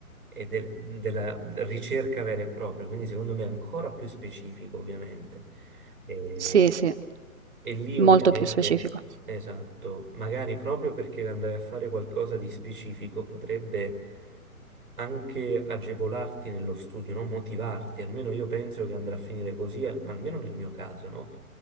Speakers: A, on the right; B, on the right.
A: e del- della ricerca vera e propria, quindi secondo me è ancora più specifico, ovviamente. E,
B: Sì, sì,
A: e lì
B: molto
A: ovviamente,
B: più specifico.
A: esatto, magari proprio perché andare a fare qualcosa di specifico potrebbe anche agevolarti nello studio, no? Motivarti, almeno io penso che andrà a finire così, al- almeno nel mio caso, no?